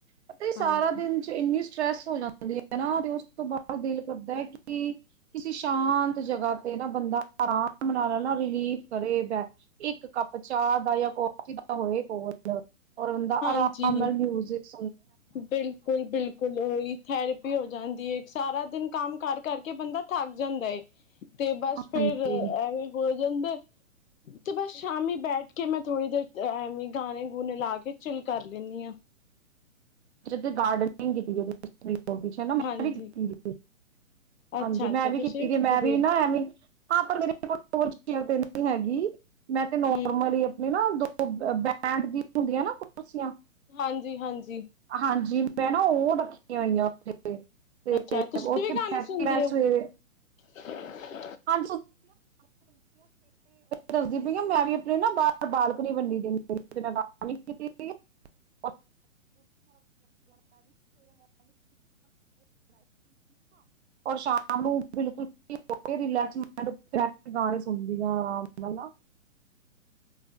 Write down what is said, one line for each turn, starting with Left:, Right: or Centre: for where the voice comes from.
Right: ਪਤਾ ਇਹ ਸਾਰਾ
Left: ਹਾਂਜੀ
Right: ਦਿਨ ਚ ਇੰਨੀ ਸ ਸਟ੍ਰੈਸ ਹੋ ਜਾਂਦੀ ਐ ਨਾ। ਤੇ ਉਸ ਤੋਂ ਬਾਅਦ ਦਿਲ ਕਰਦਾ ਐ ਕਿ ਕਿਸੇ ਸ਼ਾਂਤ ਜਗ੍ਹਾ ਤੇ ਨਾ ਬੰਦਾ ਆਰਾਮ ਨਾਲ ਨਾ ਰਿਲੀਫ ਕਰੇ ਬਹਿ। ਇੱਕ ਕੱਪ ਚਾਹ ਦਾ ਜਾਂ ਕੌਫ ਈ ਦਾ ਹੋਏ ਕੋਲ। <unintelligible> ਔਰ ਬੰਦਾ
Left: ਹਾਂਜੀ
Right: ਆਰਾਮ ਨਾਲ ਮਿਊਜਿਕ ਸ
Left: ਬਿਲਕੁਲ ਬਿਲਕੁਲ ਉਹੀ ਥੈਰੇਪੀ ਹੋ ਜਾਂਦੀ ਐ। ਸਾਰਾ ਦਿਨ ਕੰਮ ਕਰ ਕਰਕੇ ਬੰਦਾ ਥੱਕ ਜਾਂਦਾ ਏ। ਤੇ ਬਸ
Right: ਹਾਂਜੀ
Left: ਫੇਰ ਐਵੇਂ ਹੋ ਕੇਂਦੇ ਤੇ ਬਸ ਸ਼ਾਮੀ ਬੈਠ ਕੇ ਮੈਂ ਥੋੜ੍ਹੀ ਦੇਰ, ਐਵੇਂ ਗਾਣੇ ਗੂਣੇ ਲਾ ਕੇ ਚਿੱਲ ਕਰ ਲੈਂਨੀ ਆਂ।
Right: ਅੱਛਾ ਤੁਹੀ ਗਾਰਡਨਿੰਗ ਕੀਤੀ <unintelligible> <unintelligible> ਚ ਮੈਂ
Left: ਹਾਂਜੀ
Right: ਵੀ ਕੀਤੀ ਦੀ ਏ। ਹਾਂਜੀ
Left: ਅੱਛਾ ਅੱਛਾ
Right: ਮੈਂ ਵੀ
Left: ਤੁਸੀਂ
Right: ਕੀਤੀ ਦੀ
Left: ਕਿਤੇ
Right: ਆ, ਮੈਂ
Left: ਦੇ
Right: ਵੀ ਨਾ ਐਵੇਂ ਹਾਂ ਪਰ ਮੇਰੇ ਕੋ ਤੇ <unintelligible> ਨੀ ਹੈਗੀ ਮੈਂ ਤੇ ਨੋਰਮਲ
Left: ਹਮ
Right: ਆਪਣੀ ਨਾ ਦੋ ਉਹ ਬੈਂਡ ਦੀਆਂ ਹੁੰਦੀਆਂ ਨਾ ਕੁਰਸੀਆਂ
Left: ਹਾਂਜੀ ਹਾਂਜੀ।
Right: ਹਾਂਜੀ। ਮੈਂ ਨਾ ਉਹ ਰੱਖੀਆਂ ਹੋਈਆਂ ਉਥੇ ਤੇ
Left: ਅੱਛਾ ਤੁਸੀਂ
Right: ਓਥੇ
Left: ਵੀ
Right: ਬੈਠਦੇ
Left: ਗਾਣੇ ਸੁਣਦੇ
Right: ਆ
Left: ਹੋ
Right: ਸਵੇਰੇ।
Left: <inaudible>
Right: <unintelligible> ਹ ਦੱਸਦੀ ਪਈਆਂ <inaudible> ਮੈਂ ਵੀ ਆਪਣੇ ਨਾ ਬਾਹਰ ਬਾਲਕਨੀ ਬਣੀ ਦੀ ਆ। <unintelligible> <inaudible> ਸ਼ਾਮ ਨੂੰ ਬਿਲਕੁਲ <unintelligible> ਰਿਲੈਕਸ <unintelligible> ਗਾਣੇ ਸੁਣਦੀ ਆ ਆਰਾਮ ਨਾਲ ਨਾ